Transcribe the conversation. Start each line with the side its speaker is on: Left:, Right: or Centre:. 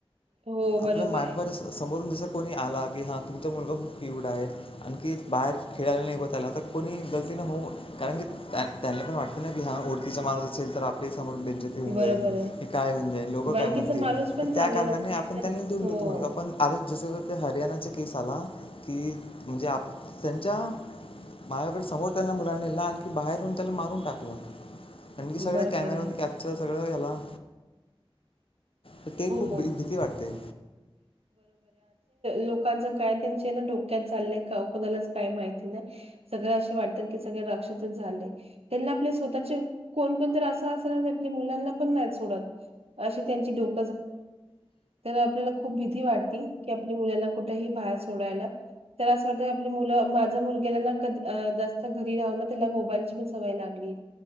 Right: हो,
Left: आपल्या
Right: बरोबर
Left: मॅप
Right: आहे.
Left: वर जसं समोरून जसं कोणी आला की हां तुमचा मुलगा खूप क्यूट आहे आणखी बाहेर खेळायला नाही बा त्याला तर कोणी गलती न होऊ कारण की त्या त्यांना पण वाटत ना की हा ओडखीचा माणुस असेल तर आपलेच. समोर बेज्जती होऊन
Right: बरोबर
Left: जाईन
Right: आहे.
Left: हे काय होऊन जाईन लोक
Right: वळकीचा
Left: काय म्हणतील
Right: माणूस पण
Left: तर
Right: चांगला
Left: त्या कारणाने
Right: नसते
Left: आपण त्यांना देऊन
Right: हो
Left: देतो म्हणून आपण आता जसं हरियाणाचे केस आला की म्हणजे आप त्यांच्या माझ्याकडे समोर त्यांना मुलांनी नेला आणखी बाहेर येन त्याला मारून टाक आणखी सगळ
Right: बरोबर
Left: कॅमेरा
Right: आहे
Left: म कॅप्चर सगळं घला तर ते
Right: हो
Left: खूप
Right: हो
Left: भीती वाटते
Right: लोकांच काय त्यां ना डोक्यात झाय कोणाला काय माहिती नाही सगळ असे वाटतात की सगळे रक्षच झाले त्यांना आपले स्वतःचे कोणकणत असं अस ना आपल्या मुलांना पण नाही सोडत अस त्यांचीडक तर आपल्याला खूप भीती वाटती की आपल्या मुलांना कुठेही बाहेर सोडायला तर असं वाटत आप मु माझ मुलगला नाधी जास्त घरी राह ना त्याला मोबाईलची पण सवय लागली